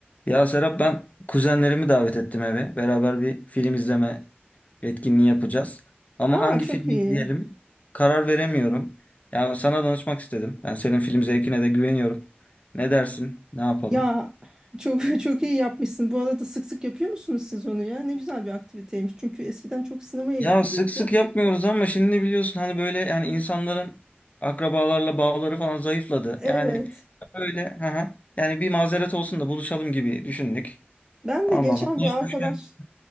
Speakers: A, on the left; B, on the right.
A: Ya Serap ben kuzenlerimi davet ettim eve. Beraber bir film izleme etkinliği yapacağız. Ama
B: Aa
A: hangi
B: çok
A: filmi
B: iyi.
A: izleyelim? Karar veremiyorum. Ya sana danışmak istedim. Ben senin film zevkine de güveniyorum. Ne dersin? Ne yapalım?
B: Ya çok <laughs> çok iyi yapmışsın. Bu arada sık sık yapıyor musunuz siz onu ya? Ne güzel bir aktiviteymiş. Çünkü eskiden çok sinemaya
A: Ya
B: gidilirdi.
A: sık sık yapmıyoruz ama şimdi biliyorsun hani böyle yani insanların akrabalarla bağları falan zayıfladı.
B: Evet.
A: Yani böyle hı hı. yani bir mazeret olsun da buluşalım gibi düşündük.
B: Ben de
A: Ondan
B: geçen
A: sonra buluşmuşken.
B: bir arkadaşla